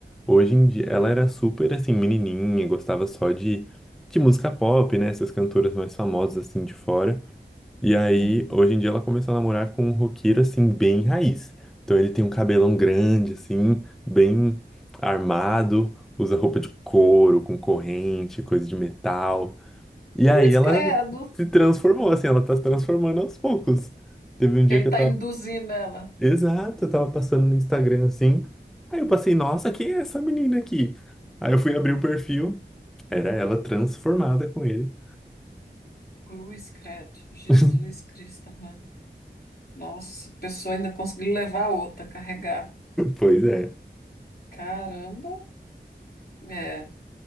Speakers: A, in the centre; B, on the left.
A: Hoje em dia, ela era super assim, menininha, gostava só de, de música pop, né? Essas cantoras mais famosas assim de fora. E aí,
B: Uhum.
A: hoje em dia, ela começou a namorar com um roqueiro assim, bem raiz. Então, ele tem um cabelão grande, assim, bem armado, usa roupa de couro, com corrente, coisa de metal. E
B: Cruz
A: aí, ela
B: credo.
A: se transformou, assim, ela tá se transformando aos poucos. Teve um dia
B: Ele
A: que
B: está
A: eu tava
B: induzindo ela.
A: Exato, eu tava passando no Instagram assim. Aí eu passei, nossa, quem é essa menina aqui? Aí eu fui abrir o perfil, era ela transformada com ele.
B: Cruz credo. Jesus
A: <laughs>
B: Cristo, mano. Nossa, a pessoa ainda conseguiu levar a outra, carregar.
A: Pois é.
B: Caramba. É.